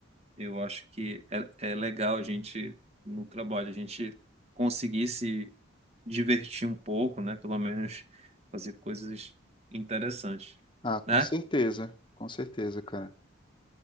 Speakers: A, on the right (about 30°); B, on the left (about 25°).
A: eu acho que é, é legal a gente no trabalho a gente conseguir se divertir um pouco, né? Pelo menos fazer coisas interessantes,
B: Ah, com
A: né?
B: certeza, com certeza, cara.